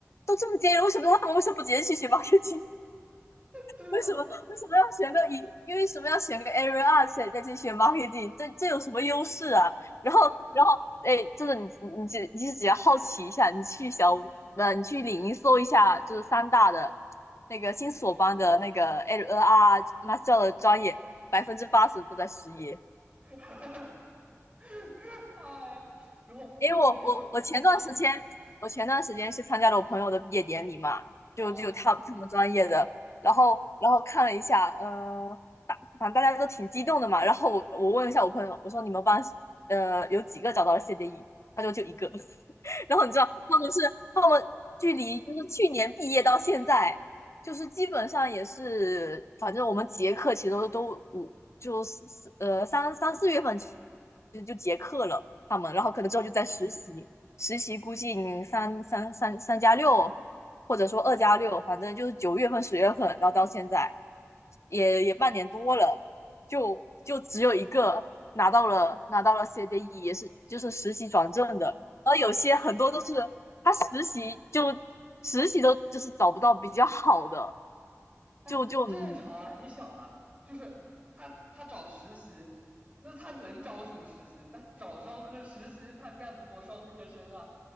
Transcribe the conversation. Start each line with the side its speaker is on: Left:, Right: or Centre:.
Left: 都这么建议为什么他们为什么不直接去学 marketing？
Right: 对啊，
Left: 为什么为什么要选个一？因为什么要选个 Area 二，选再去选 marketing？这这有什么优势啊？然后然后哎，真的你你只你是只要好奇一下，你去小呃你去领英搜一下，就是三大的那个新索邦的那个 Area 二 master 的专业，百分之八十都在失业。
Right: <laughs> 哎，然后我跟你说啊，
Left: 因为我我我前段时间，
Right: 你说
Left: 我前段时间是参加了我朋友的毕业典礼嘛，
Right: 啊。
Left: 就就他他们专业的，然后然后看了一下，嗯、呃，大反正大家都挺激动的嘛，然后我我问了一下我朋友，我说你们班呃有几个找到了 CDE，他说就一个，<laughs> 然后你知道他们是他们距离就是去年毕业到现在，就是基本上也是，反正我们结课其实都都五就四四呃三三四月份就就结课了。他们，
Right: 嗯，
Left: 然后可能之后就在实习，实习估计你三三三三加六，或者说二加六，反正就是九月份、十月份，然后到现在也也半年多了，就就只有一个拿到了拿到了 CDE，也是就是实习转正的，然后有些很多都是他实习就实习都就是找不到比较好的，
Right: 哎，
Left: 就就嗯，
Right: 正常啊，你想啊，就是他他找实习，那他能找什么实习？他找商科实习，他干不过商科生啊。